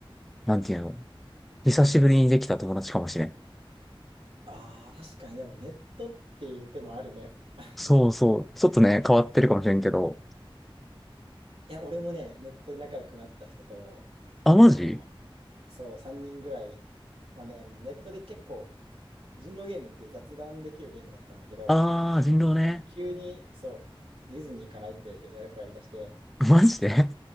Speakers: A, in the centre; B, on the right.
A: なんていうの久しぶりにできた友達かもしれん。
B: ああ、確かに、でもネットっていう手もあるね。<laughs>
A: そうそう。ちょっとね、変わってるかもしれんけど。
B: いや、俺もね、ネットで仲良くなった人と、
A: あ、マジ
B: あのそう、3人ぐらい、まあね、ネットで結構、人狼ゲームっていう雑談できるゲームだったんだけど、
A: あー、人狼ね。
B: 急に、そう、ディズニー行かないって誰かが言い出して、
A: <laughs> マジで